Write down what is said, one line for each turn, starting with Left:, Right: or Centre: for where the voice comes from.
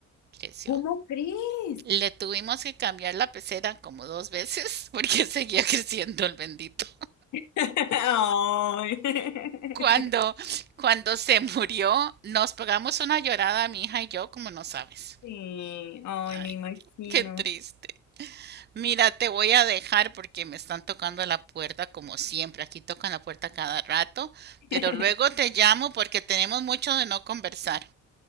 Right: Creció.
Left: ¿Cómo crees?
Right: Le tuvimos que cambiar la pecera como dos veces <laughs> porque seguía creciendo el bendito.
Left: <laughs> Ay. <laughs>
Right: Cuando, cuando se murió, nos pegamos una llorada, mi hija y yo, como no sabes.
Left: Sí, ay,
Right: Ay,
Left: me imagino.
Right: qué triste. Mira, te voy a dejar porque me están tocando la puerta como siempre. Aquí tocan la puerta cada rato,
Left: <laughs>
Right: pero luego te llamo porque tenemos mucho de no conversar.